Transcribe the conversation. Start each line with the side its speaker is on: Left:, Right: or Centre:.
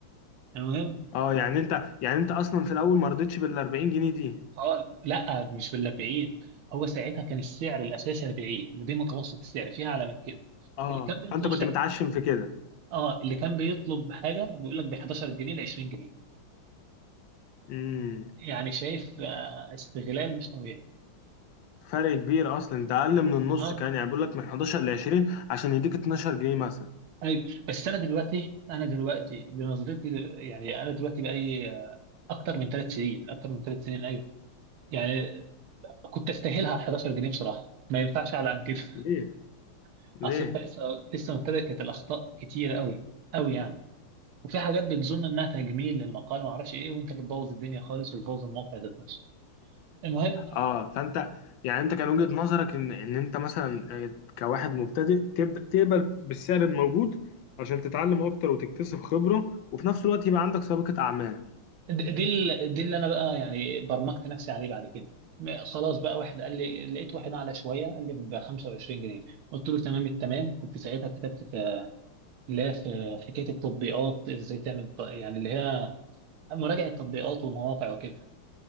Right: المهم
Left: اه يعني انت يعني انت اصلا في الاول ما رضيتش بال 40 جنيه دي
Right: اه لا مش بال 40 هو ساعتها كان السعر الاساسي 40 دي متوسط السعر فيها اعلى من كده
Left: اه
Right: اللي كان بيطلب
Left: فانت كنت متعشم في كده
Right: اه اللي كان بيطلب حاجه بيقول لك ب 11 جنيه ل 20 جنيه
Left: امم
Right: يعني شايف آه، استغلال مش طبيعي
Left: فرق كبير اصلا ده اقل من النص
Right: اه
Left: كان يعني بيقول لك من 11 ل 20 عشان يديك 12 جنيه مثلا
Right: ايوه بس انا دلوقتي انا دلوقتي بنظرتي دل- يعني انا دلوقتي بقالي آه، اكتر من ثلاث سنين اكتر من ثلاث سنين ايوه يعني كنت استاهلها 11 جنيه بصراحه ما ينفعش اعلى عن كده
Left: ليه
Right: <laughs>
Left: ليه
Right: اصل انت لسه لسه مبتدئ كانت الاخطاء كتيره قوي قوي يعني وفي حاجات بتظن انها تجميل للمقال وما اعرفش ايه وانت بتبوظ الدنيا خالص وتبوظ الموقع ذات نفسه المهم
Left: اه فانت يعني انت كان وجهة نظرك ان ان انت مثلا آه، كواحد مبتدئ تبدا تقبل بالسعر الموجود عشان تتعلم اكتر وتكتسب خبرة وفي نفس الوقت يبقى عندك سابقة اعمال
Right: د- دي ال- دي اللي انا بقى يعني برمجت نفسي عليه بعد كده م- خلاص بقى واحد قال لي لقيت واحد اعلى شويه قال لي ب 25 جنيه قلت له تمام التمام كنت ساعتها كتبت في لا في حكايه التطبيقات ازاي تعمل ط- يعني اللي هي مراجعه تطبيقات ومواقع وكده